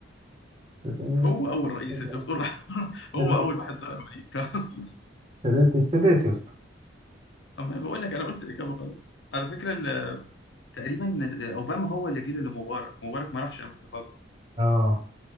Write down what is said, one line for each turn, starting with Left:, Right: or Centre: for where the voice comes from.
Right: السادات
Left: هو أول رئيس
Right: السادات
Left: أنت بتقول <laughs> هو
Right: السادات
Left: أول واحد زار أمريكا <laughs> أصلا
Right: السادات السادات يا اسطى
Left: أما أنا بقول لك أنا قلت الإجابة خلاص على فكرة ال- تقريبا اوباما هو اللي جه لمبارك مبارك ما راحش امريكا خالص
Right: اه